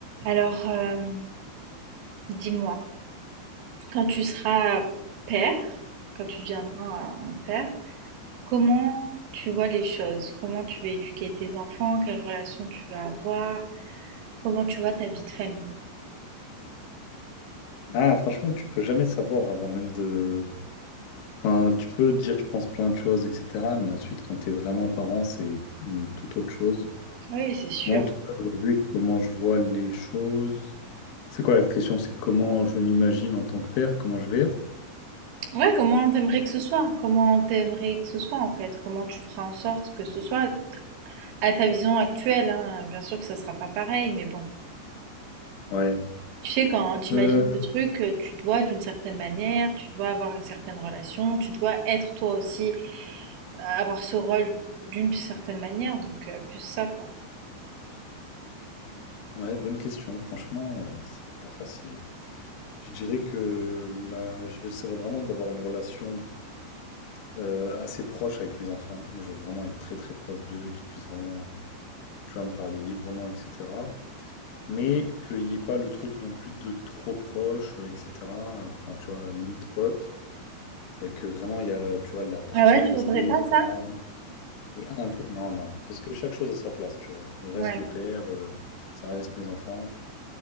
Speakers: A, on the right; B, on the left.
A: Alors, euh, dis-moi, quand tu seras père, quand tu deviendras un un père, comment tu vois les choses? Comment tu vas éduquer tes enfants? Quelle relation tu vas avoir? Comment tu vois ta vie de famille?
B: Ah, franchement, tu peux jamais savoir avant même de. Enfin, tu peux dire, je pense, plein de choses, etc. Mais ensuite, quand tu es vraiment parent, c'est une toute autre chose.
A: Oui, c'est sûr.
B: Moi, en tout cas, aujourd'hui, comment je vois les choses. C'est quoi la question? C'est comment je m'imagine en tant que père, comment je vais être?
A: Ouais, comment t'aimerais que ce soit? Comment t'aimerais que ce soit en fait? Comment tu feras en sorte que ce soit à ta vision actuelle, hein. Bien sûr que ça sera pas pareil, mais bon.
B: Ouais.
A: Tu sais, quand tu
B: Euh,
A: imagines le truc, euh, tu te vois d'une certaine manière, tu te vois avoir une certaine relation, tu te vois être toi aussi avoir ce rôle d'une certaine manière, donc euh, plus ça, quoi.
B: Ouais, bonne question. Franchement, euh, c'est pas facile. Je dirais que là, j'essaierai vraiment d'avoir une relation euh, assez proche avec mes enfants. Moi, je veux vraiment être très, très proche d'eux, qu'ils puissent vraiment, tu vois, me parler librement, etc. Mais qu'il n'y ait pas le truc non plus de trop proche, euh, etc. Enfin, tu vois, limite pote. Et que vraiment, il y a, tu vois, la partie
A: Ah ouais,
B: respect,
A: tu voudrais pas ça?
B: parents, et un peu... Non, non. Parce que chaque chose a sa place, tu vois. Je reste
A: Ouais.
B: le père, euh, ça reste mes enfants.